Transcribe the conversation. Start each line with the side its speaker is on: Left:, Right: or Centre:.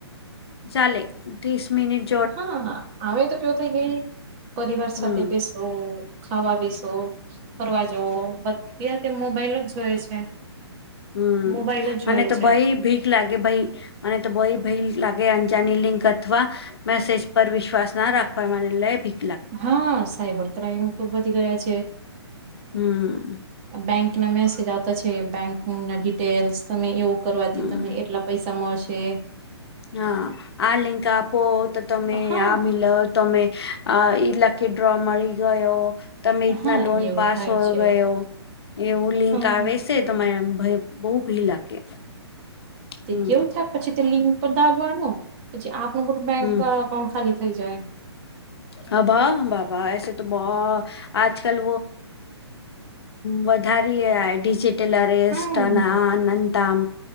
Left: ચલે તીસ મનિટ
Right: હા હ તો કેવો થઈ ગઈ પરિવાર
Left: હમ
Right: સાથે બેસ્ટ ઓ ખાવા બસો ફરવા જવો બધી તે મોબાઈલ જ જોવે છે
Left: હમ
Right: મોબાઈલ જ જોય
Left: અને તો
Right: છે
Left: ભાઈ ભી લાગે ભાઈ મને તો બો ભાઈ લાગે અંજાની લિંક અથવા મેસેજ પર વિશ્વાસ ના રાખવા માટે લય ભી
Right: હા સાયબર ક્રાઈઇમ તો વધી ગયા છે
Left: હમ
Right: બેંક ના મેસેજ આવતા છે બેંક ના ડિટેલ્સ તમે એવું કરવાથી
Left: હમ
Right: તને એટલા પૈસામાંશે
Left: હા આ લિંકા પો તો તમે
Right: હા
Left: આ મિલ તમે આ લા કે ડ્રો મળી ગયો તમે તના
Right: હા
Left: લોન
Right: એવું
Left: પાસ
Right: થાય
Left: હોયો
Right: છે
Left: ગયો એવું લિંક
Right: હા
Left: આવે તમારે ભય બહુ ભી લાગે
Right: તે
Left: હમ
Right: કેવું થાય પછી તે લિંક પર દબવાનું પછી આપનું બું બેંક
Left: હમ
Right: અકાઉન્ટ ખાલી થઈ જાય
Left: હા ભા ભબા એસ તો બહ આજ કલ વ ધારી િજીિટલ રસ્ટન
Right: હમ
Left: અન તમ